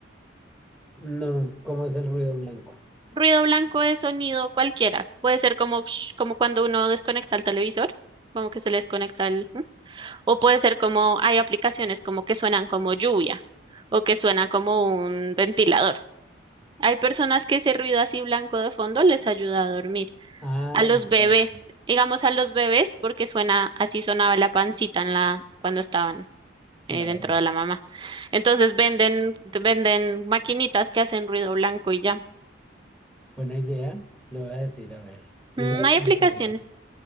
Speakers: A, in the centre; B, on the right (about 25°).
A: No, ¿cómo es el ruido blanco?
B: Ruido blanco es sonido cualquiera. Puede ser como, sh- como cuando uno desconecta el televisor, como que se le desconecta el... ¿m? O puede ser como hay aplicaciones como que suenan como lluvia o que suenan como un ventilador. Hay personas que ese ruido así blanco de fondo les ayuda a dormir.
A: Ah,
B: A los bebés,
A: el
B: digamos a los bebés, porque suena así sonaba la pancita en la, cuando estaban eh,
A: en la
B: dentro
A: barriga.
B: de la mamá. Entonces venden, venden maquinitas que hacen ruido blanco y ya.
A: Buena idea, le voy a decir, a ver. Primero
B: Mm, hay
A: con
B: aplicaciones.
A: el celular.